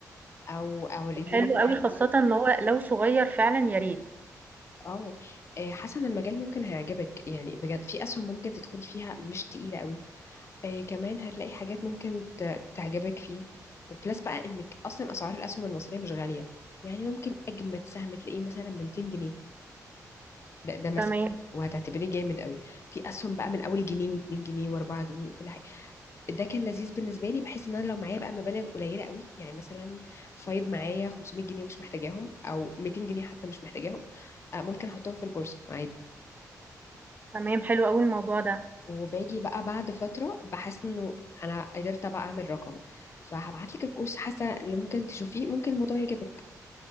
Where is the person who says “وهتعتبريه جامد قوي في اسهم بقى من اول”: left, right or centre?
Left